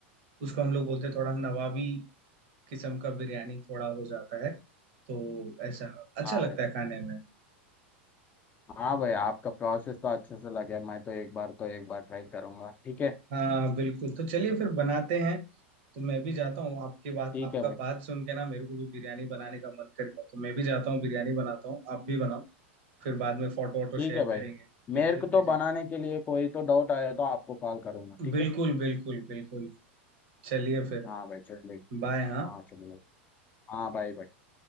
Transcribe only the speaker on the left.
हाँ
भाई
हाँ भाई आपका प्रोसेस तो अच्छे से लगे मैं तो एक बार तो एक बार ट्राई करूंगा ठीक है
ठीक
है भाई
ठीक
है भाई
मेरे को तो
बनाने के लिए कोई तो डाउट आया तो आपको कॉल करूंगा ठीक
है
हाँ भाई चलिए
हाँ चलिए हाँ भाई भाई